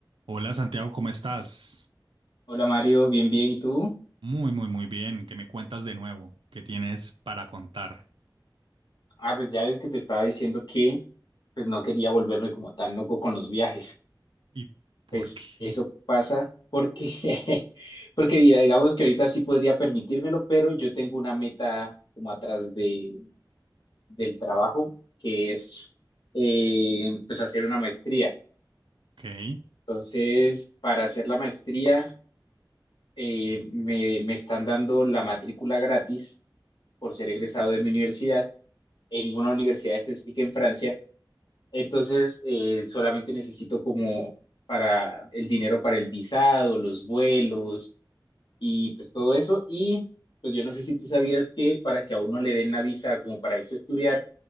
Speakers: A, on the right; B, on the left.
A: Hola Santiago, ¿cómo estás?
B: Hola Mario, bien, bien, ¿y tú?
A: Muy, muy, muy bien. ¿Qué me cuentas de nuevo? ¿Qué tienes para contar?
B: Ah, pues ya ves que te estaba diciendo que pues no quería volverme como tan loco con los viajes.
A: ¿Y por
B: Pues
A: qué?
B: eso pasa porque, <laughs> porque diga- digamos que ahorita sí podría permitírmelo, pero yo tengo una meta como atrás de, del trabajo, que es eh, pues hacer una maestría.
A: Ok.
B: Entonces, para hacer la maestría eh, me, me están dando la matrícula gratis por ser egresado de mi universidad en una universidad específica en Francia Entonces, eh, solamente necesito como para el dinero para el visado, los vuelos y pues todo eso. Y pues yo no sé si tú sabías que para que a uno le den la visa como para irse a estudiar,